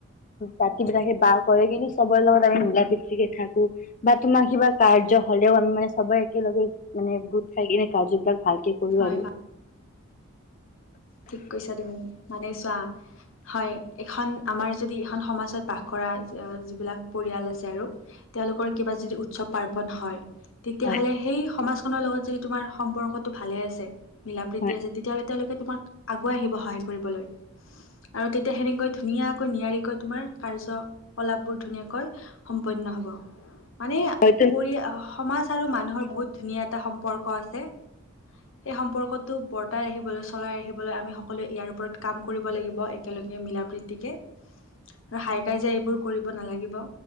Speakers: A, on the left; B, on the left.
A: জাতি বিলাকে বাস কৰে কিন্তু চবৰে লগত আমি মিলা প্ৰীতিকে থাকো। বা তোমাৰ কিবা কাৰ্য হ'লেও আমি মানে চবে একেলগে মানে গোট খাই কিনে কাৰ্যবিলাক ভালকে কৰো
B: হয়
A: আৰু।
B: হয় ঠিক কৈছা তুমি মানে চোৱা হয় এখন আমাৰ যদি এখন সমাজত বাস কৰা আ যিবিলাক পৰিয়াল আছে আৰু তেওঁলোকৰ কিবা যদি উৎসৱ পাৰ্বণ হয়। তেতিয়া
A: হয়
B: হ'লে সেই সমাজখনৰ লগত যদি তোমাৰ সম্পৰ্কটো ভালে আছে মিলা- প্ৰীতি
A: হয়
B: আছে তেতিয়া হ'লে তেওঁলোকে তোমাক আগুৱাই আহিব সহায় কৰিবলৈ আৰু তেতিয়া সেনেকৈ ধুনীয়াকৈ নিয়াৰিকৈ তোমাৰ কাৰ্য কলাপ বোৰ ধুনীয়াকৈ সম্পন্ন হ'ব, মানে
A: হয়তো
B: পৰি অহ সমাজ আৰু মানুহৰ বহুত ধুনীয়া এটা সম্পৰ্ক আছে। সেই সম্পৰ্কটো বৰ্তাই আহিবলৈ চলাই আহিব লৈ আমি সকলোৱে ইয়াৰ ওপৰত কাম কৰিব লাগিব একেলগে মিলা-প্ৰীতিকে। আৰু হাই কাজিয়া এইবোৰ কৰিব নালাগিব।